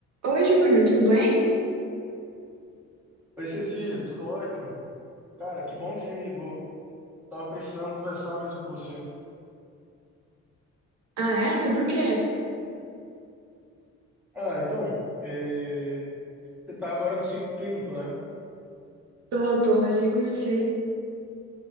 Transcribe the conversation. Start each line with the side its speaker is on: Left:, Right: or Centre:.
Right: Oi, Júlio, tudo bem?
Centre: Oi, Cecília, tudo ótimo? Cara, que bom que você me ligou. Tava precisando conversar mesmo com você.
Right: Ah, é? Sobre o quê?
Centre: Ah, então, é, você tá agora no ciclo clínico, né?
Right: Tô, tô, recém comecei.